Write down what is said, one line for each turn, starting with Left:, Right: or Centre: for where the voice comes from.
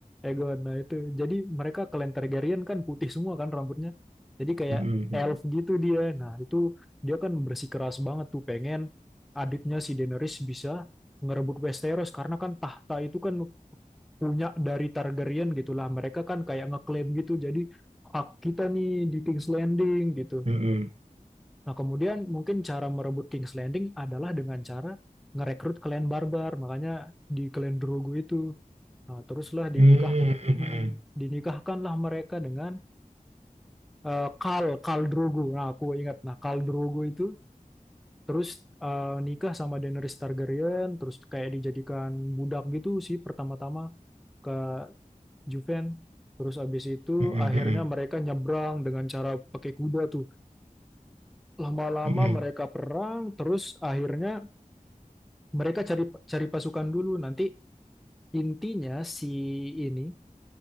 Centre: Egon, nah itu. Jadi mereka klan Targaryen kan putih semua kan rambutnya. Jadi kayak
Right: Hmm,
Centre: elf
Right: hmm,
Centre: gitu dia. Nah itu dia kan bersikeras banget tuh pengen adiknya si Daenerys bisa ngerebut Westeros karena kan tahta itu kan punya dari Targaryen gitulah. Mereka kan kayak ngeklaim gitu. Jadi hak kita nih di King's Landing gitu.
Right: hmm, hmm,
Centre: Nah, kemudian mungkin cara merebut King's Landing adalah dengan cara ngerekrut klan barbar, makanya di klan Drogo itu. Nah, teruslah dinikah
Right: hmm,
Centre: hmm, dinikahkanlah mereka dengan eh, Khal Khal Drogo. Nah, aku ingat nah Khal Drogo itu terus eh, nikah sama Daenerys Targaryen, terus kayak dijadikan budak gitu sih pertama-tama ke Juven. Terus abis itu
Right: hmm, hmm,
Centre: akhirnya
Right: hmm, hmm, hmm,
Centre: mereka nyebrang dengan cara pakai kuda tuh. Lama-lama
Right: hmm,
Centre: mereka perang, terus akhirnya mereka cari cari pasukan dulu. Nanti intinya si ini